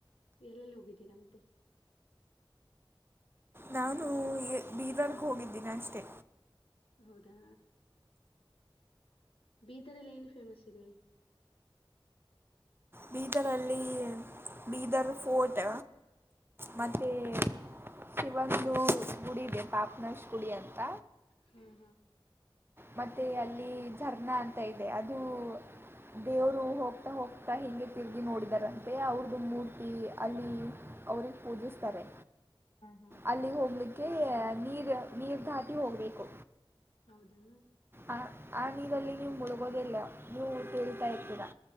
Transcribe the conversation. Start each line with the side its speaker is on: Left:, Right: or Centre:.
Left: ಎಲ್ಲೆಲ್ಲಿ ಹೋಗಿದ್ದೀರಾ ಮತ್ತೆ.
Right: ನಾನು ಬೀದರ ಹೋಗಿದ್ದೀನಿ ಅಷ್ಟೆ.
Left: ಹೌದಾ ಬೀದರಲ್ಲಿ ಏನು ಫೇಮಸ್ ಇದೆ.
Right: ಬೀದರಲ್ಲಿ ಬೀದರ್ ಫೋರ್ಟ್.
Left: ಹಾ
Right: ಮತ್ತೆ
Left: ಹಾ
Right: ಶಿವಂದು ಗುಡಿ ಇದೆ ಪಾಪ್ನಶ್ ಗುಡಿ ಅಂತ.
Left: ಹಾ ಹಾ
Right: ಮತ್ತೆ ಅಲ್ಲಿ ಝರ್ನಾ ಅಂತ ಐತೆ ಅದು. ದೇವರು ಹೋಗ್ತಾ ಹೋಗ್ತಾ ಹಿಂದೆ ತಿರುಗಿ ನೋಡಿದಾರಂತೆ ಅವ್ರದು ಮೂರ್ತಿ ಅಲ್ಲಿ. ಅವರಿಗೆ ಪೂಜಿಸ್ತಾರೆ.
Left: ಹ್ಮ ಹ್ಮ್
Right: ಅಲ್ಲಿ ಹೋಗಲಿಕ್ಕೆ ನೀರು ನೀರು ಧಾಟಿ ಹೋಗಬೇಕು.
Left: ಹೌದಾ
Right: ಆ ಆ ನೀರಲ್ಲಿ ನೀವು ಮುಳುಗೋದಿಲ್ಲ ನೀವು ತೆಲ್ತಾ ಇರ್ತೀರಾ.